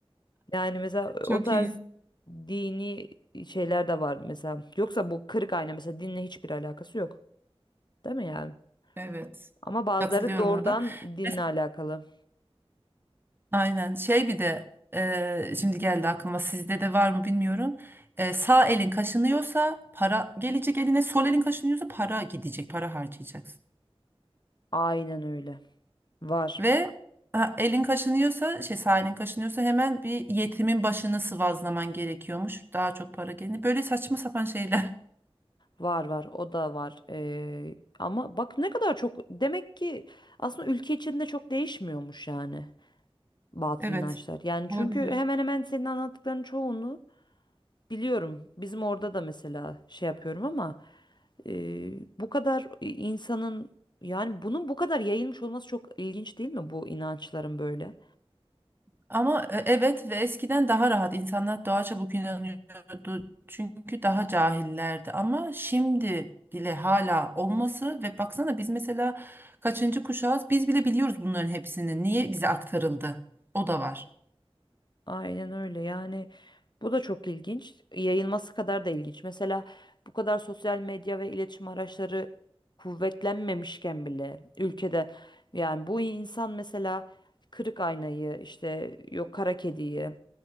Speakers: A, on the left; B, on the right.
A: Yani mesela
B: Çok
A: o tarz
B: iyi.
A: dini şeyler de var mesela. Yoksa bu kırık ayna mesela dinle hiçbir alakası yok. Değil mi yani?
B: Evet.
A: Ama bazıları
B: Katılıyorum
A: doğrudan
B: ona da.
A: dinle
B: Mes-
A: alakalı.
B: Aynen. Şey bir de e, şimdi geldi aklıma sizde de var mı bilmiyorum. E, sağ elin kaşınıyorsa para gelecek eline, sol elin kaşınıyorsa para gidecek, para harcayacaksın.
A: Aynen öyle. Var.
B: Ve ha, elin kaşınıyorsa şey sağ elin kaşınıyorsa hemen bir yetimin başını sıvazlaman gerekiyormuş. Daha çok para gelir. Böyle saçma sapan şeyler.
A: Var var. O da var. Ee, ama bak ne kadar çok demek ki aslında ülke içinde çok değişmiyormuş yani batıl
B: Evet.
A: inançlar. Yani
B: Olabilir.
A: çünkü hemen hemen senin anlattıkların çoğunu Biliyorum bizim orada da mesela şey yapıyorum ama e, bu kadar insanın yani bunun bu kadar yayılmış olması çok ilginç değil mi bu inançların böyle?
B: Ama e, evet ve eskiden daha rahat insanlar daha çabuk inanıyordu. Çünkü daha cahillerdi. Ama şimdi bile hala olması ve baksana biz mesela kaçıncı kuşağız biz bile biliyoruz bunların hepsini. Niye bize aktarıldı? O da var.
A: Aynen öyle yani bu da çok ilginç yayılması kadar da ilginç. Mesela bu kadar sosyal medya ve iletişim araçları kuvvetlenmemişken bile ülkede yani bu insan mesela kırık aynayı işte yok kara kediyi